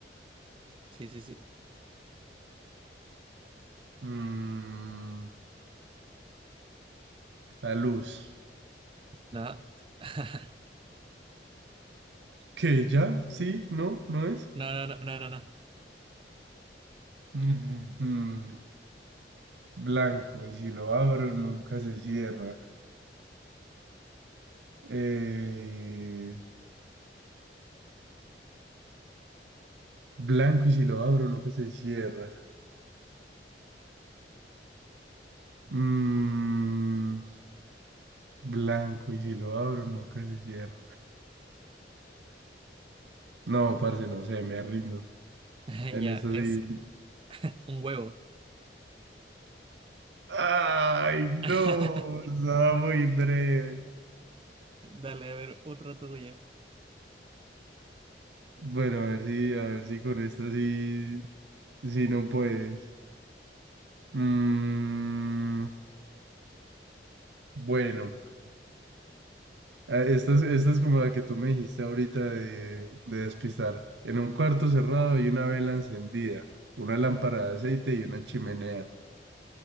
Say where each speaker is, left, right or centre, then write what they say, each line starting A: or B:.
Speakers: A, on the right (about 30°); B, on the right (about 80°).
A: Sí, sí, sí.
B: Mm, la luz.
A: No. <laughs>
B: ¿Qué ya? ¿Sí? ¿No? ¿No es?
A: No, no, no, no, no, no.
B: Mm, mm, blanco y si lo abro nunca se cierra. Eh, blanco y si lo abro nunca se cierra. Mm, blanco, y si lo abro, nunca se cierra. No, parce, no sé, me rindo.
A: <laughs>
B: En
A: Ya,
B: eso
A: es
B: sí.
A: un huevo.
B: Ay,
A: <laughs>
B: no, estaba muy breve.
A: Dale, a ver, otra tuya.
B: Bueno, a ver si, a ver si con esto sí, sí no puedes. Mm, bueno, eh, esta es, esta es como la que tú me dijiste ahorita de, de despistar. En un cuarto cerrado y una vela encendida, una lámpara de aceite y una chimenea.